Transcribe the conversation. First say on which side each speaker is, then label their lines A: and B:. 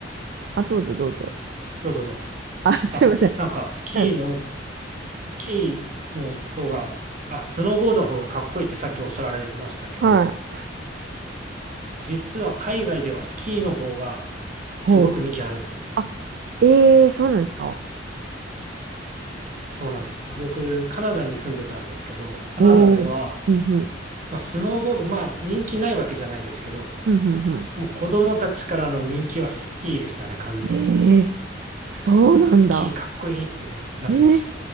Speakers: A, on the right (about 60°); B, on the right (about 45°).
A: あ、どうぞどうぞ。
B: どうぞどうぞ。
A: あ、すいません。
B: あ、なんかスキーの、
A: うん、
B: スキーの方が、あ、スノーボードの方がかっこいいってさっきおっしゃられましたけど、
A: はい。
B: 実は海外ではスキーの方がすごく人気あるんですよ。
A: ほう。あ、ええーそうなんですか。
B: そうなんです。僕、カナダに住んでたんですけど、カナダでは、
A: おお、うんうん、
B: まあ、スノーボード、まあ、人気ないわけじゃないですけど、
A: うんうんう
B: もう子供たちからの人気はスキーでしたね、完全に。
A: ん。ええそうなんだ。
B: スキーかっこいいってななってまし
A: え